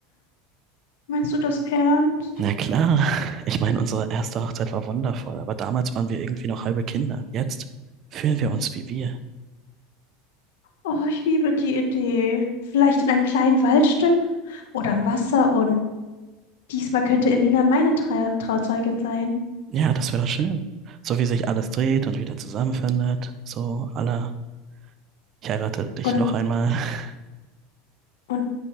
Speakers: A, on the left (about 80°); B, on the right (about 45°).
A: Meinst du das ernst?
B: Na klar. <laughs> Ich meine, unsere erste Hochzeit war wundervoll, aber damals waren wir irgendwie noch halbe Kinder. Jetzt fühlen wir uns wie wir.
A: Oh, ich liebe die Idee. Vielleicht in einem kleinen Waldstück oder am Wasser und diesmal könnte Elina meine Tra Trauzeugin sein.
B: Ja, das wäre schön. So wie sich alles dreht und wieder zusammenfindet, so aller, ich heirate dich
A: Und,
B: noch einmal. <laughs>
A: und